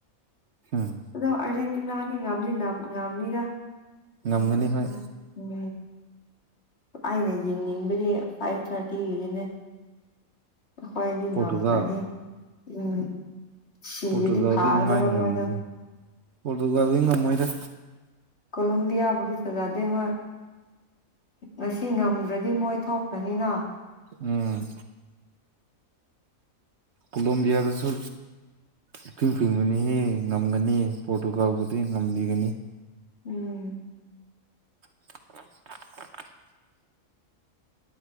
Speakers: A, on the right; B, on the left.
A: ꯎꯝ
B: ꯑꯗꯣ ꯑꯔꯖꯦꯟꯇꯤꯅꯥꯗꯤ ꯉꯝꯅꯤ ꯉꯝꯅꯤꯗ
A: ꯉꯝꯒꯅꯤ ꯍꯣꯏ
B: ꯎꯝ ꯑꯩꯅ ꯌꯦꯡꯅꯤꯡꯕꯗꯤ ꯐꯥꯏꯚ ꯊꯥꯔꯇꯤꯒꯤꯅꯦ ꯍꯣꯏꯗꯤ
A: ꯄꯣꯔꯇꯨꯒꯜ
B: ꯉꯝꯈꯔꯥꯅꯤ ꯎꯝ ꯁꯤꯔꯗꯤ
A: ꯄꯣꯔꯇꯨꯒꯜꯗꯤ
B: ꯐꯥꯒꯗꯕ
A: ꯅꯨꯉꯥꯏꯅ ꯉꯝꯃꯅꯤ
B: ꯃꯣꯏꯗꯣ
A: ꯄꯔꯣꯇꯨꯒꯜꯗꯤ ꯉꯝꯃꯣꯏꯗ
B: ꯀꯣꯂꯣꯝꯕꯤꯌꯥ ꯕꯨꯗꯤ ꯐꯖꯥꯗꯦ ꯍꯣꯌ ꯉꯁꯤ ꯉꯝꯗ꯭ꯔꯗꯤ ꯃꯣꯏ ꯊꯣꯛꯈ꯭ꯔꯅꯤꯅ
A: ꯎꯝ ꯀꯣꯂꯣꯝꯕꯤꯌꯥꯗꯁꯨ ꯏꯐꯤꯡ ꯐꯤꯡꯕꯅꯤꯍꯦ ꯉꯝꯒꯅꯤ ꯄꯔꯣꯇꯨꯒꯥꯎꯕꯨꯗꯤ ꯉꯝꯕꯤꯒꯅꯤ
B: ꯎꯝ
A: <inaudible>